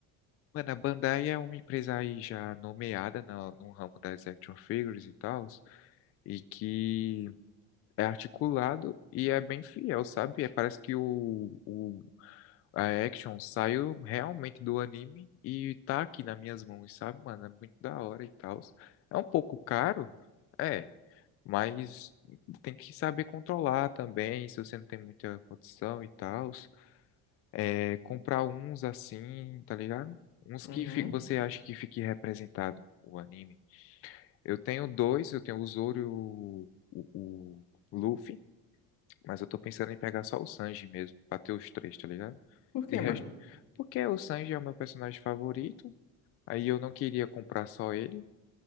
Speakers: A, on the left (about 40°); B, on the left (about 60°).
A: Mano, a Bandai é uma empresa aí já nomeada na- no, ramo das action figures e tal, e que é articulado e é bem fiel, sabe? É, parece que o, o- a action saiu realmente do anime e tá aqui nas minhas mãos, sabe, mano? É muito da hora e tal. É um pouco caro, é, mas tem que saber controlar também, se você não tem muita condição e tal. É, comprar uns assim, tá ligado? Uns
B: Uhum.
A: que fi- você acha que fique representado o anime. Eu tenho dois, eu tenho o Zoro e o, o, o Luffy, mas eu tô pensando em pegar só o Sanji mesmo, pra ter os três, tá ligado?
B: Por
A: De
B: quê,
A: resto,
B: mano?
A: porque o Sanji é o meu personagem favorito, aí eu não queria comprar só ele